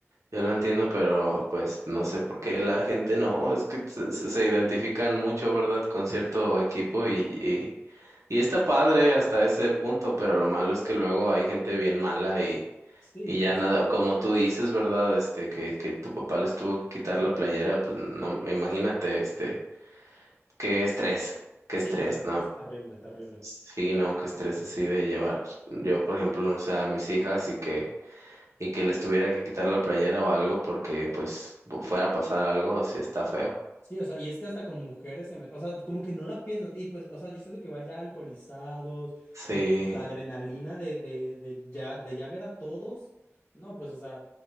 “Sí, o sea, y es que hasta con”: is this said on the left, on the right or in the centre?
Left